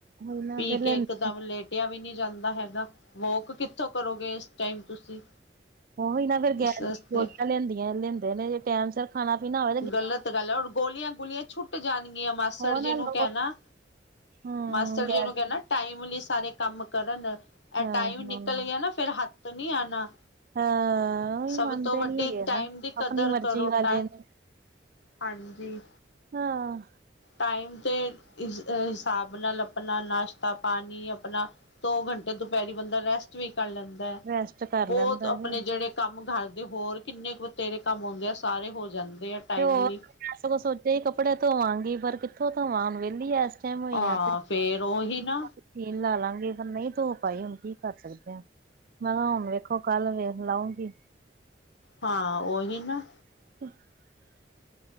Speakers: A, on the right (about 55°); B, on the left (about 90°).
A: ਉਹੀ ਨਾ
B: ਪੀ
A: ਫਿਰ
B: ਕੇ
A: ਲੈਂਦੇ
B: ਇਕਦਮ ਲੇਟਿਆ ਵੀ ਨਹੀਂ ਜਾਂਦਾ ਹੈਗਾ। ਵੋਕ ਕਿੱਥੋਂ ਕਰੋਗੇ ਇਸ ਟਾਈਮ ਤੁਸੀਂ।
A: ਉਹੀ ਨਾ ਫੇਰ ਗੈਸ
B: ਇਸ ਵਾਸਤੇ
A: ਦੀਆਂ ਗੋਲੀਆਂ ਲੈਂਦੀਆਂ ਲੈਂਦੇ ਨੇ ਜੇ ਟਾਈਮ ਸਿਰ ਖਾਣਾ- ਪੀਣਾ ਹੋ
B: ਗਲਤ ਗੱਲ ਹੈ ਔਰ ਗੋਲੀਆਂ -ਗੋਲੀਆਂ ਛੂਟ ਜਾਣਗੀਆਂ, ਮਾਸੜ
A: ਹੋ
B: ਜੀ
A: ਨਾ
B: ਨੂੰ
A: ਲੋ
B: ਕਹਿਣਾ
A: ਹਮ
B: ਮਾਸਰ ਜੀ
A: ਗੈਸ
B: ਨੂੰ ਕਹਿਣਾ ਟਾਈਮਲੀ ਸਾਰੇ ਕੰਮ ਕਰਨ ਇਹ
A: ਹਾਂ
B: ਟਾਈਮ ਨਿਕਲ
A: ਹਾਂ
B: ਗਿਆ ਨਾ ਫੇਰ ਹੱਥ ਨੀ ਆਣਾ।
A: ਹਾਂ ਉਹੀ
B: ਸਭ
A: ਮੰਨਦੇ
B: ਤੋਂ ਵੱਡੀ
A: ਨੀ ਹੈਗੇ
B: ਟਾਈਮ
A: ਨਾ
B: ਦੀ
A: ਆਪਣੀ
B: ਕਦਰ
A: ਮਰਜ਼ੀ
B: ਕਰੋ
A: ਵਾਲੇ
B: ਟਾਈਮ
A: ਨੇ
B: ਹਾਂਜੀ।
A: ਹਾਂ।
B: ਟਾਈਮ ਤੇ, ਹਿਸਾਬ ਨਾਲ ਆਪਣਾ ਨਾਸ਼ਤਾ ਪਾਣੀ ਆਪਣਾ ਦੋ ਘੰਟੇ ਦੁਪਹਿਰੀ ਬੰਦਾ ਰੈਸਟ ਵੀ ਕਰ ਲੈਂਦਾ,
A: ਰੈਸਟ ਕਰ
B: ਬਹੁਤ
A: ਲੈਂਦਾ
B: ਆਪਣੇ
A: ਜੇ
B: ਜਿਹੜੇ ਕੰਮ ਘਰ ਦੇ ਹੋਰ ਕਿੰਨੇ ਕੁ ਬਥੇਰੇ ਕੰਮ ਆਉਂਦੇ ਆ ਸਾਰੇ ਹੋ ਜਾਂਦੇ ਆ। ਟਾਈਮਲੀ
A: ਤੇ ਹੋਰ, ਸਗੋਂ ਸੋਚਿਆ ਹੀ ਕੱਪੜੇ ਧੋਵਾਂਗੀ ਪਰ ਕਿੱਥੋਂ ਧੋਵਾਂ ਹੁਣ ਵਿਹਲੀ ਐ ਸ ਟੈਮ ਹੋਈ
B: ਹਾਂ
A: ਆ ਤੇ
B: ਫੇਰ ਉਹੀ
A: ਮਸੀ਼ਨ
B: ਨਾ
A: ਲਾ ਲਾਂਗੇ ਫਿਰ ਨਹੀਂ ਧੋ ਪਾਈ ਹੁਣ ਕੀ ਕਰ ਸਕਦੇ ਆ। ਮੈਂ ਕਿਹਾ ਹੁਣ ਵੇਖੋ ਕੱਲ ਵੇਖ ਲਾਉਗੀ।
B: ਹਾਂ ਉਹੀ ਨਾ।
A: <unintelligible>